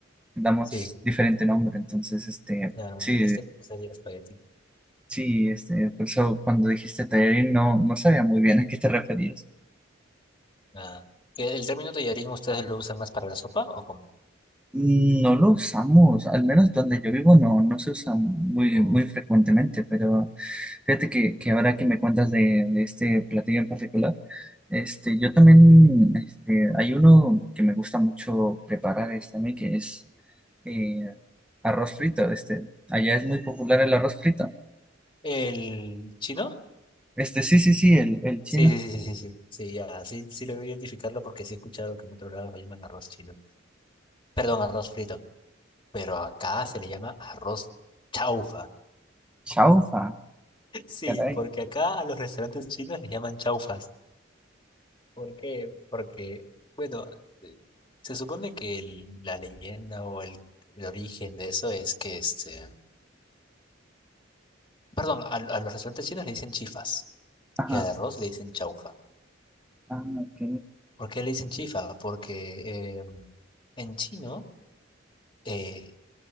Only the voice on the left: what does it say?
Sí,
claro,
en este caso sería espagueti.
Nada. ¿El, el término tallarín ustedes lo usan más para la sopa o cómo?
Oh.
¿El chino?
Sí, sí, sí, sí, sí, sí, sí, ya, sí, sí logro identificarlo porque sí he escuchado que en otros lados lo llaman arroz chino. Perdón, arroz frito, pero acá se le llama arroz chaufa.
<laughs> Sí,
porque acá a los restaurantes chinos les llaman chaufas. ¿Por qué? Porque, bueno, eh, se supone que el- la leyenda o el, el origen de eso es que este, perdón, a, a los restaurantes chinos le dicen chifas.
Y al arroz le dicen chaufa.
¿Por qué le dicen chifa? Porque eh, en chino, eh,